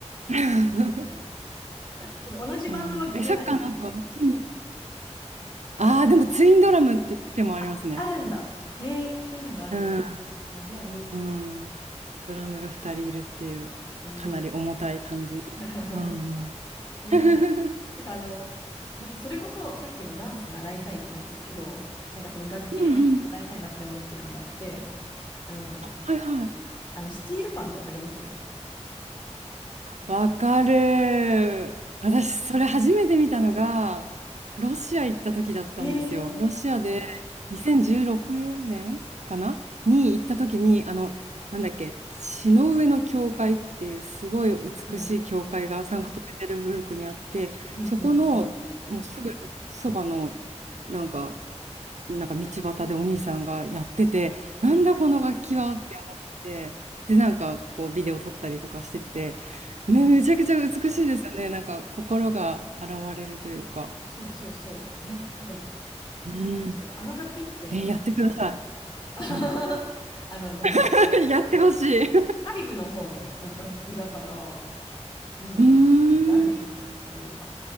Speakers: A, on the right; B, on the left.
A: <laughs>
B: いいかも。でも同じバンドは組めない。
A: うん。え、サッカーの後、うん。
B: あ、
A: ああ、
B: ぐ
A: でもツインドラムっていう手もありますね。
B: あ、あるんだ。へえ、そういうのがあるんだ。
A: うん、
B: あ、じゃあいいっすね。
A: うん。ドラムが二人いるっていう、
B: へー
A: かなり重たい感じの。
B: <laughs>
A: うんうん。
B: え、
A: <laughs>
B: でも、なんかあの、なんかそれこそさっきのダンス習いたいじゃないんですけど、なんかその楽器でも一個習いたいなって思ってるのがあって、
A: うんうん。
B: あの、
A: はいはい。
B: あのスチールパンってわかります
A: わかる。私、それ初めて見たのが、ロシア行った時だったんですよ。
B: へえ
A: ロシアで2016年かなに行った時に、あの、なんだっけ、血の上の教会っていうすごい美しい教会がサンクトペテルブルクにあって、
B: ー、はい。うんうんうん。
A: そこのもうすぐそばの、なんか、なんか道端でお兄さんがやってて、
B: うん
A: なんだこの楽器はって思って、で、なんかこうビデオ撮ったりとかしてて、め、
B: うん
A: めちゃくちゃ美しいですよね。なんか心が洗われるというか。
B: そうそうそう。え、なんか、なん
A: うん。
B: だろうあの楽器って、
A: えーやってください。
B: あの、<laughs>
A: うん
B: あのなんだっけ、
A: <laughs> やってほしい。<laughs> う
B: カリブの方のあの楽器だから、なんだろう、
A: ーん。
B: ロシアにあるんですね、そういうのが。